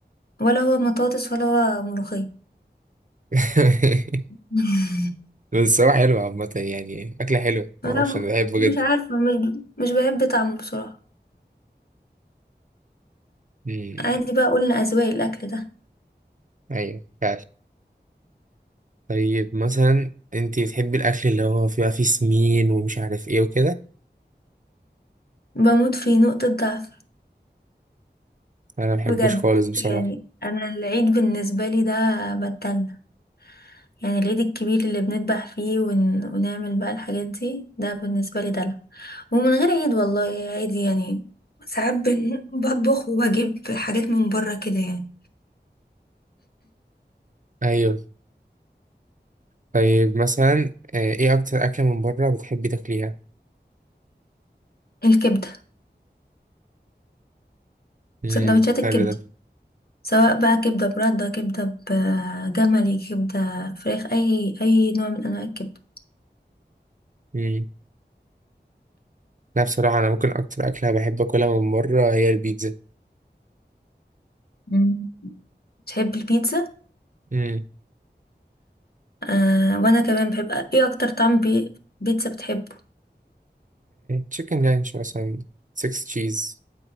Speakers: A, on the left; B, on the right.
A: ولا هو مطاطس ولا هو ملوخية
B: <laughs>
A: <laughs>
B: بس هو حلو عامة يعني أكلة حلوة
A: لا
B: معرفش
A: م-
B: أنا بحبه جدا
A: مش عارفة مش ب- مش بحب طعمه بصراحة
B: امم
A: عادي بقى قلنا أذواق الأكل ده
B: أيوه فعلا طيب مثلا انتي بتحبي الأكل اللي هو فيها فيه سمين ومش عارف ايه وكده
A: بموت في نقطة ضعف
B: أنا مبحبوش
A: بجد
B: خالص بصراحة
A: يعني انا العيد بالنسبه لي ده بتدلع يعني العيد الكبير اللي بنذبح فيه ون... ونعمل بقى الحاجات دي ده بالنسبه لي دلع ومن غير عيد والله عادي يعني ساعات بن- بطبخ وبجيب حاجات من بره كده يعني
B: أيوه طيب مثلا آه، ايه أكتر أكلة من بره بتحبي تاكليها؟
A: الكبده
B: امم
A: سندوتشات الكبده
B: حلو ده
A: سواء بقى كبده برده كبده بجملي كبده فراخ اي اي نوع من انواع الكبده
B: امم لا بصراحة أنا ممكن أكتر أكلة بحب أكلها من بره هي البيتزا
A: مم. بتحب البيتزا
B: امم
A: آه وانا كمان بحب ايه اكتر طعم بي... بيتزا بتحبه
B: تشيكن لانش مثلا سكس تشيز